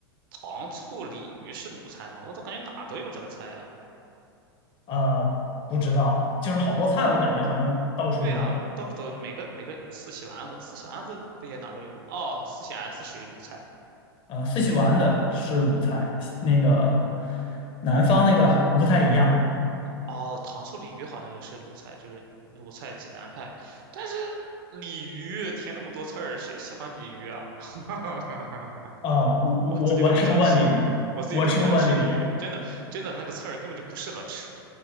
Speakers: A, on the right; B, on the left.
A: 糖醋鲤鱼是鲁菜吗？我咋感觉哪都有这个菜啊？
B: 啊，不知道，就是好多菜我感觉好像到处都有。
A: 对啊，到处都有每个每个四喜丸子，四喜丸子不也哪都有吗？哦，四喜丸子属于鲁菜。
B: 呃，四喜丸子是鲁菜，那个南方那个不太一样
A: 哦，糖醋鲤鱼好像也是鲁菜，就是鲁菜济南派。但是鲤鱼填那么多刺儿，谁喜欢鲤鱼啊？<laughs>
B: 啊。我我我我吃不惯鲤鱼，
A: 我自己都不想吃，我自己都不想吃鲤鱼，
B: 我吃不惯鲤鱼
A: 真的真的那个刺儿根本就不适合吃。